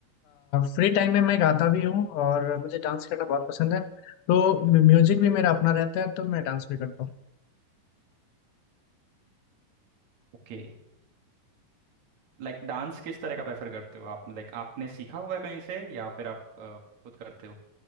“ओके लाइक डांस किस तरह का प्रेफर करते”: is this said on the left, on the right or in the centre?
Right